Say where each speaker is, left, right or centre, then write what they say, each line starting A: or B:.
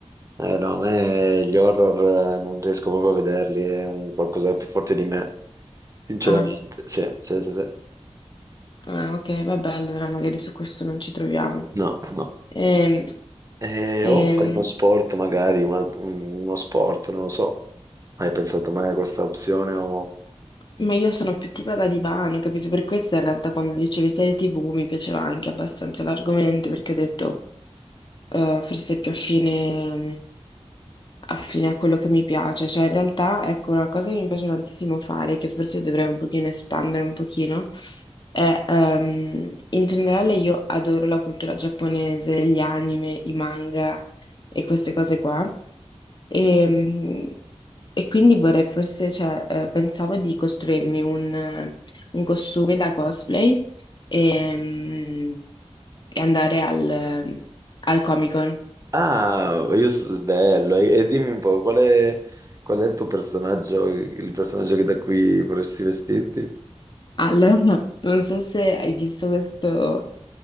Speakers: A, on the right (about 30°); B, on the left (about 45°).
A: Eh no, a me gli horror eh, non riesco proprio a vederli, è un qualcosa più forte di me. Sinceramente,
B: Ah.
A: sì, sì, sì, sì.
B: Ah, ok, vabbè, allora magari su questo non ci troviamo.
A: No, no.
B: Ehm,
A: Eh,
B: ehm,
A: o fare uno sport, magari, un alt- uno sport, non lo so. Hai pensato mai a questa opzione o...
B: Ma io sono più tipo da divano, capito? Per questo in realtà quando dicevi serie TV mi piaceva anche abbastanza l'argomento perché ho detto eh, forse è più affine, mm, affine a quello che mi piace. Cioè in realtà ecco una cosa che mi piace tantissimo fare, che forse dovrei un pochino espandere un pochino, è ehm, in generale io adoro la cultura giapponese, gli anime, i manga e queste cose qua. E, e quindi vorrei forse, cioè, eh, pensavo di costruirmi un, eh, un costume da cosplay e, mm, e andare al, eh, al Comic-Con.
A: Ah, io s- bello. E, e dimmi un po', qual è, qual è il tuo personaggio, il personaggio che da qui vorresti vestirti?
B: Allora, <laughs> non so se hai visto questo